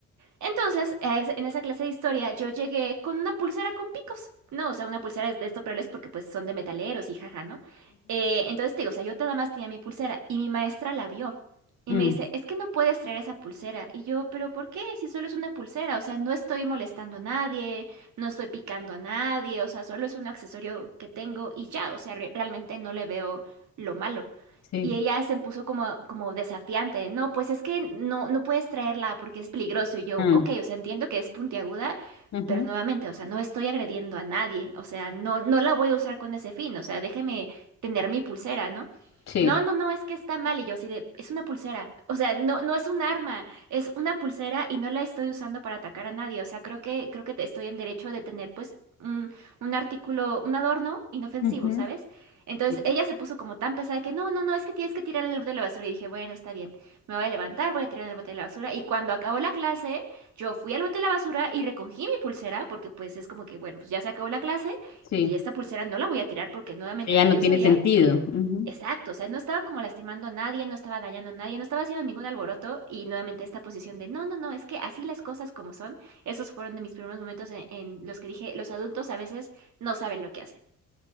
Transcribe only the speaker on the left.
mm,
Sí.
Mm,
ujú,
Sí.
ujú,
Sí.
sí,
Ya
no
tiene
sentido. ujú.